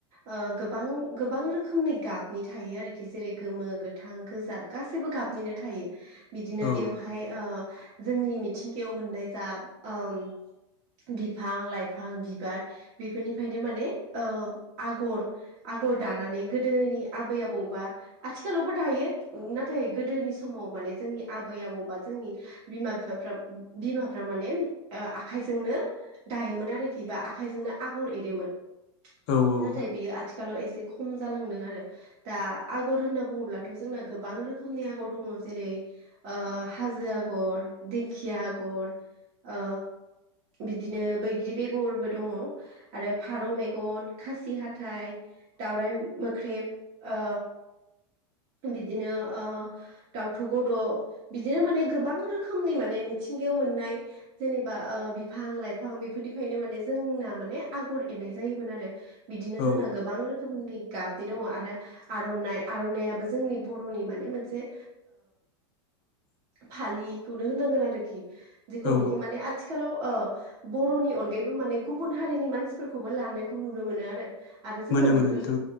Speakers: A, on the right (about 45°); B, on the left (about 55°).
A: ओ गोबां गोबां रोखोमनि गाबनि थायो आरोखि जेरै गोमो गोथां गो गोजा गासैबो गाबनिनो थायो बिदिनो
B: औ
A: बेयाव ओ जोंनि मिथिंगायाव मोननाय जा ओम बिफां लाइफां बिबार बेफोरनिफ्रायनो माने ओ आगर आगर दानानै गोदोनि आबै आबौबा आथिखालावबो दायो नाथाय गोदोनि समाव माने जोंनि आबै आबौ जोंनि बिमा बिफा बिमाफ माने आखाइजोंनो दायोमोन आरो खिबा आखाइजोंनो आगर एरोमोन
B: औ औ
A: नाथाय बे आथिालाव एसे खम जालांदों आरो दा आगर होनना बुङोब्लाथ' जोंना गोबां रोखोमनि आगर दङ जेरै ओ हाजो आगर दिंखिया आगर ओ बिदिनो बैग्रि बेगरबो दं आरो फारौ मेगन खासि हाथाइ दाावरायाइ मोख्रेब ओ बिदिनो ओ दाउथु गद' बिदिनो माने गोबां रोखोमनि माने मिथिंगायाव मोननाय जेनेबा ओ बिफां लाइफां बेफोर निफ्रायनो माने जोंना माने आगर एरनाय जायोमोन आरो बिदिनो
B: औ
A: जोंना गोबां रोखोमनि गाब बिदि दं आरो आर'नाइ आर'नाइाबो जोंनि बर'नि माने मोनसे
B: <unintelligible>
A: फालिखौनो होनांगोन आरोखि जेखौनोखि
B: औ
A: माने आ थिखालाव बर'नि अनगायैबो माने गुबुन हारिनि मानसिफोरखौबो लानायखौ नुनो मोनो आरो आरो जोंना
B: मोनो मोनो
A: बेफोर
B: नोंथां